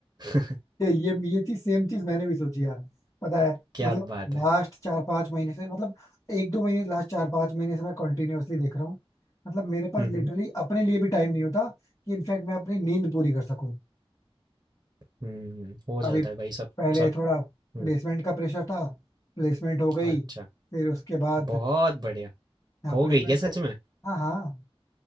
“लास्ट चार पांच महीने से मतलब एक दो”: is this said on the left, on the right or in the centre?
Left